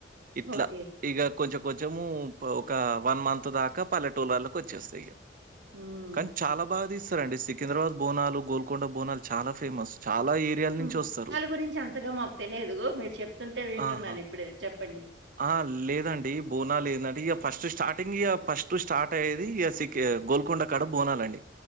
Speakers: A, on the right (about 50°); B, on the right (about 75°).
A: ఇట్లా
B: ఓకే.
A: ఇగ కొంచెం కొంచెము ఒక వన్ మంత్ దాకా పల్లెటూలళ్ళకి వచ్చేస్తాయి.
B: హ్మ్.
A: కానీ చాలా బాగా తీస్తారండి సికింద్రాబాద్ బోనాలు, గోల్కొండ బోనాలు చాలా ఫేమస్. చాలా ఏరియాల నుంచొస్తారు.
B: బోనాలు గురించి అంతగా మాకు తెలియదు మీరు చెప్తుంటే వింటున్నాను
A: ఆహా!
B: ఇప్పుడే చెప్పండి.
A: ఆ లేదండి బోనా లేదంటే ఇక ఫస్ట్ స్టార్టింగ్ ఇక ఫస్ట్ స్టార్ట్ అయ్యేది ఇక సి గోల్కొండ కాడ బోనాలు అండి